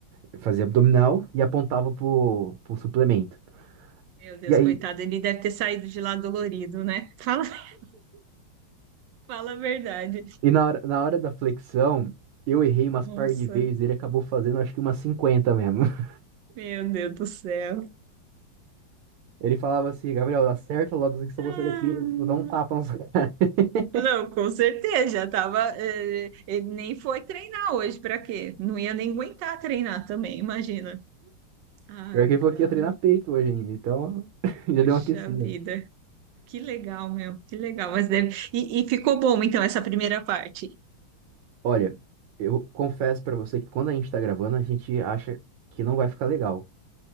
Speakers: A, on the right; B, on the right.
A: Ele Fazia abdominal e apontava pro, pro suplemento.
B: Meu Deus,
A: E aí,
B: coitado, ele deve ter saído de lá dolorido, né? Fala, <laughs> fala a verdade.
A: e na hora, na hora da flexão, eu errei umas
B: Nossa,
A: par de vezes, ele acabou fazendo acho que umas 50 mesmo. <laughs>
B: meu Deus do céu.
A: Ele falava assim, Gabriel, acerta logo isso que se
B: Ah,
A: você daqui, eu vou dar um tapa na sua cara. <laughs>
B: Não, com certeza, já tava. eh, Ele nem foi treinar hoje, pra quê? Não ia nem aguentar treinar também, imagina. Ai,
A: Pior que ele
B: cara,
A: falou que ia treinar peito hoje ainda, então <laughs>
B: poxa
A: já deu uma aquecida.
B: vida. Que legal, meu, que legal. Mas deve... e e ficou bom, então, essa primeira parte.
A: Olha, eu confesso pra você que quando a gente tá gravando, a gente acha que não vai ficar legal.